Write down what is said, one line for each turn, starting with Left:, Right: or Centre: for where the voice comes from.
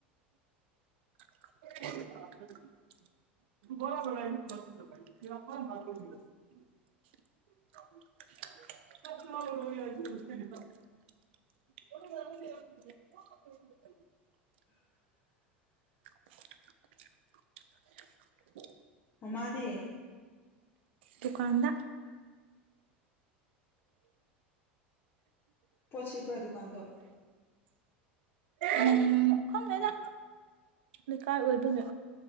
Right: <inaudible> <unintelligible> <unintelligible> <unintelligible>
Left: <inaudible>
Right: <inaudible>
Left: ꯃꯥꯗꯤ
Right: ꯗꯨꯀꯥꯟꯗ
Left: ꯄꯣꯠꯁꯤꯄꯔꯥ ꯗꯨꯀꯥꯟꯗ
Right: ꯎꯝ ꯈꯪꯗꯦꯗ ꯂꯩꯀꯥꯏ ꯑꯣꯏꯕꯅꯦ